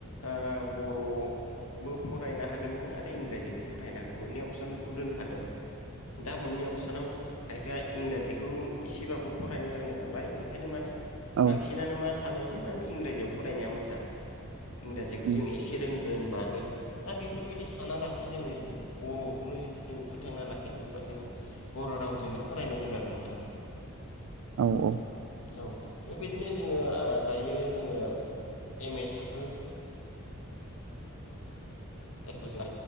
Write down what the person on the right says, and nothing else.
औ
उम
औ-औ।